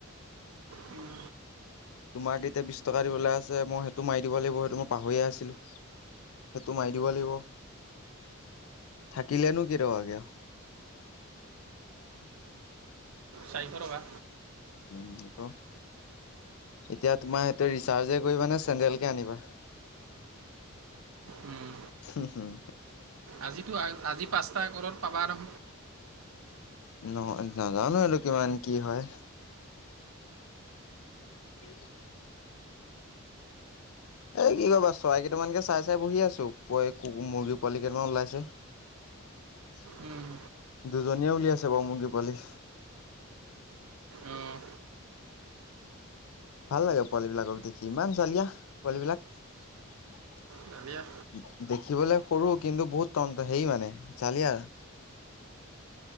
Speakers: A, on the right (about 70°); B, on the left (about 70°).
A: উম,
B: তোমাক এতিয়া বিশ টকা দিবলৈ আছে মই সেইটো মাৰি দিব লাগিব সেইটো মই পাহৰিয়ে আছিলো। সেইটো মাৰি দিব লাগিব। থাকিলেনো কে ৰা কে
A: চাৰিশ টকা।
B: উম, আকৌ এতিয়া তোমাৰ সিহঁতে ৰিচাৰ্জে কৰিবা নে চেডেলকে আনিবা
A: উম,
B: উম হম
A: আজিতো আজি পাঁচটা ঘৰত পাবা আৰু
B: নহ নাজানো এইটো কিমান কি হয়। উ এ কি কা চৰাই কেইটামানকে চাই চাই বহি আছো প মুৰ্গী পোৱালি কেইটামান ওলাইছে <inaudible>
A: উম,
B: দুজনীয়ে উলিয়াইছে বাৰু মুৰ্গী পালি
A: অঁ
B: ভাল লাগে পোৱালিবিলাকক দেখি ইমান জালিয় পোৱালিবিলাক
A: দালিয়া
B: দেখি শিকিবলৈ সৰু কিন্তু বহুত তন্তন্ত হেই মানে জালি আৰু